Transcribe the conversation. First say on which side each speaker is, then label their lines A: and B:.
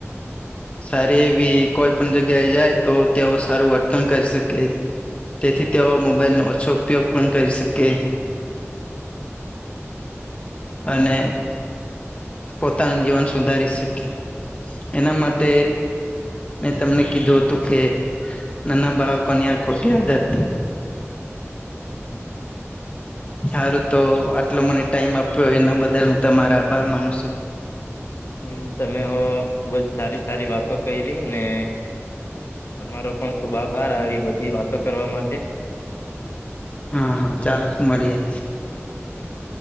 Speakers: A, on the left; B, on the left.
A: સારી એવી કોઈ પણ જગ્યાએ જાય તો તેઓ સારું વર્તન કરી શકે તેથી તેઓ મોબાઈલ નો ઓછો ઉપયોગ પણ કરી શકે કે અને પોતાનું જીવન સુધારી શકે એના માટે મેં તમને કીધું હતું કે નાના બાળકોની આ ખોટી આદત સારું તો આટલો મને ટાઈમ આપ્યો એના બદલ હું તમારા બાર માણ છો
B: હમ તમે હો ખુબ જ સારી સારી વાતો કરી રહી ને તમારો પણ ખુબ આભાર આવી બધી વાતો કરવા માટે
A: હા હા ચાલત મળી જાય
B: હમ